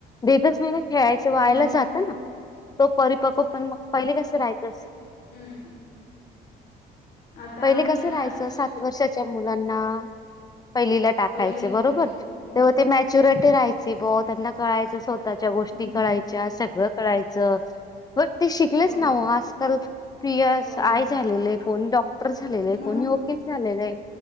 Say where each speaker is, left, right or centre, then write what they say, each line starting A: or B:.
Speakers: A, on the left (about 20°); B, on the left (about 65°).
A: देतच नाही ना खेळायचे वायाला
B: मग
A: जात ना तो परिपक्व पण मग पहिले कसं राहायचंस.
B: ह आता
A: पहिले
B: आम्ही
A: कसं
B: ना
A: राहायचं
B: स्कू
A: सात वर्षाच्या मुलांना पहिलीला टाकायच
B: पहिलीत घ्यायचे
A: बरोबर तेव्हा
B: हो
A: ते मॅच्युरिटी राहायची ब त्यांना कळायचं. स्वतःच्या गोष्टी
B: हम्म
A: कळायच्या सगळं कळायचं. ब शिकलेच
B: हो
A: ना ओ आजकाल पी एस
B: हो
A: आय
B: हो
A: झालेले कोण डॉक्टर पर झालेलं आहे,
B: मग
A: कोणी वकील झालेलं आहे.